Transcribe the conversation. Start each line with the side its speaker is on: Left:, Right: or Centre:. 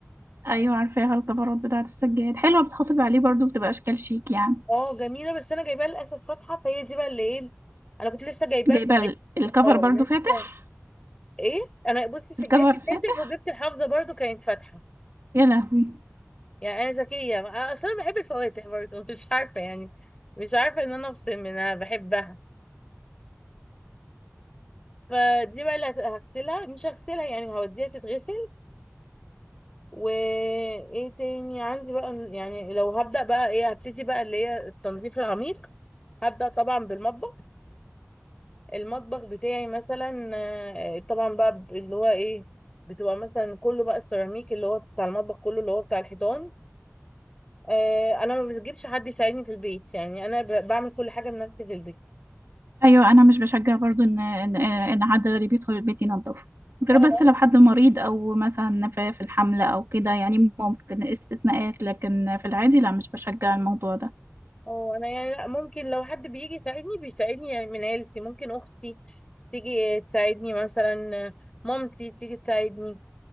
Right: أيوة عارفاها الكفرات بتاعة السجاد حلوة بتحافظ عليه برضو بتبقى أشكال شيك يعني
Left: اه جميله بس انا جايباها للاسف فاتحه فهي دي بقى اللي ايه انا كنت لسه جايباها
Right: جايبة
Left: في العيد
Right: ال- الكفر
Left: اه
Right: برضو
Left: انا
Right: فاتح
Left: لسه ايه انا بصي سجادي
Right: الكفر فاتح
Left: فاتح وجبت الحافظه برضو كانت فاتحه
Right: يا لهوي
Left: يعني انا ذكيه أنا اصلا بحب الفواتح برضو <laughs> مش عارفه يعني مش عارفه ان انا افصل منها بحبها فدي بقى اللي هت- هغسلها مش هغسلها يعني هوديها تتغسل وايه تاني عندي بقى يعني لو هبدأ بقى ايه هبتدي بقى اللي هي التنظيف العميق هبدأ طبعا بالمطبخ المطبخ بتاعي مثلا آه، طبعا بقى ب- اللي هو ايه بتبقى مثلا كله بقى السيراميك اللي هو بتاع المطبخ كله اللي هو بتاع الحيطان آه، انا ما بجيبش حد يساعدني في البيت يعني انا ب- بعمل كل حاجه بنفسي في البيت
Right: أيوة أنا مش بشجع برضو إن إن إن حد غريب يدخل البيت ينضفه غير
Left: اه
Right: بس لو
Left: انا
Right: حد مريض أو مثلا في في الحملة أو كده يعني ممكن استثناءات لكن في العادي لا مش بشجع الموضوع ده
Left: اه انا يعني لا ممكن لو حد بيجي يساعدني بيساعدني يعني من عيلتي ممكن اختي تيجي تساعدني مثلا آه، مامتي تيجي تساعدني